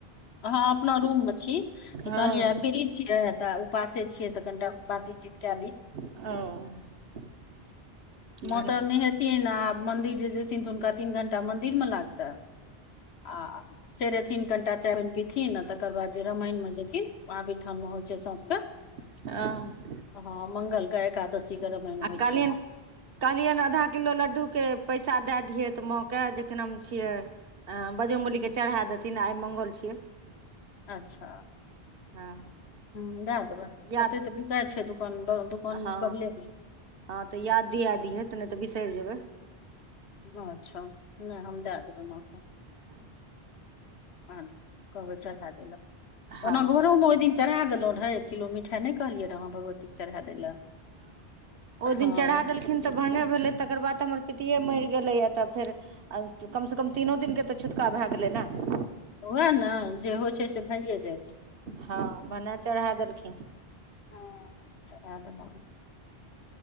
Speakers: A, on the left (about 80°); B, on the right (about 65°).
A: अहाँ अपना रूम में छी तऽ
B: हँ
A: कहलियै आइ फिरी छियै तऽ उपवासे छियै तऽ कनिटा बातीचीत कए ली
B: <unintelligible>
A: माँ
B: भने
A: तऽ
B: हूँ
A: नैहेथिन आब मंन्दिर जे जेथिन तऽ हुनका तीन घंटा मंदिर म लागतै। <inaudible> आ। फेर एथिन कनिटा <unintelligible> आ तकर बाद जे रामायण मे जेथिन व थान मे होइ छै सौझक।? <unintelligible>
B: <unintelligible>
A: हँ मंगल कऽ एकादशीे रमायण
B: कहलियनि
A: होइ छै।
B: कहलियनि आधा किलो लडडू केँ पैसा दै दियै तऽ माँ केँ जे केँ नाम छियै। ह बजरंगवली चढ़ा देथिन आइ मंगल छियै।
A: अच्छा।
B: हँ।
A: ह दए देबै
B: याद
A: ओते तऽ बिका छै दुकान दुकान
B: हँ
A: बगलेमे।
B: हँ तऽ याद दिया दियहे तऽ नै तऽ बिसैर जेबै।
A: अच्छा नै हम दए देबै माँ कऽ
B: <unintelligible>
A: आ कहबै चढ़ा देल
B: हँ
A: ओना घरो में ओइन दिन चढ़ा देलो रहे एक किलो मिठाइ नै कहलियै रह भगवती कऽ चढ़ा दै लए।
B: ओइ
A: हँ
B: दिन चढ़ा देलखिन तऽ भने भेलै तकर बाद हमर पित -तियै मैर गेलै या तऽ फेर कम से कम तीनो दिन केँ तऽ छुत्तका भै गेलै न
A: ओएह ने जे होइ छै से भइए जाइ छै।
B: हँ भनै चढ़ा देलखिन।
A: <unintelligible>